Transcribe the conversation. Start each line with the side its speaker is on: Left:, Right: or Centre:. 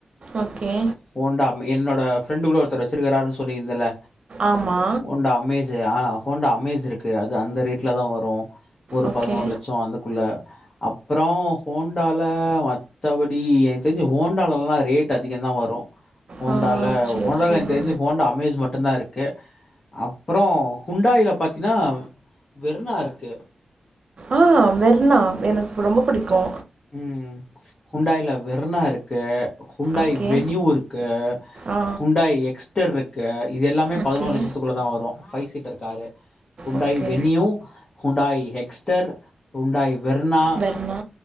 Right: ஓகே
Left: ஹோண்டா என்னோட ஃப்ரெண்டு கூட ஒருத்தரு வச்சிருக்கிறாருனு சொலிருந்தல்ல
Right: ஆமா
Left: உண்ட அமேச ஆஹ் ஹோண்டா அமேஸ் இருக்கு அது அந்த ரேட்ல தா வரு ஒரு
Right: ஓகே
Left: பதினோரு லட்சோ அந்தக்குள்ள அப்றோ ஹோண்டால மத்தபடி எனக் தெரிஞ்சு ஹோண்டாலல்லா ரேட்டு அதிகந்தா வரு ஹோண்டால
Right: ஆ சேரி
Left: ஹோண்டால
Right: சேரி
Left: எனக் தெரிஞ்சி ஹோண்டா அமேஸ் மட்டும் தா இருக்கு க்கே அப்றோ ஹுண்டாயில பாத்தீனா வெர்னா இருக்கு
Right: ஆஹ் வெற்ணா எனக்கு ரொம்பப் புடிக்கோ
Left: ம் ஹுண்டாயில வெர்னா இருக்கு ஹுண்டாயி
Right: ஓகே
Left: வென்யூ இருக்கு
Right: ஆ
Left: ஹுண்டாய் எக்ஸ்டர்ருக் கே இது எல்லாமே
Right: ஓகே
Left: பதினோரு லட்சத்துக்குள்ளதான் வரு five seater car Hyundai
Right: okay
Left: Venue Hyundai Exter Hyundai Verna
Right: Verna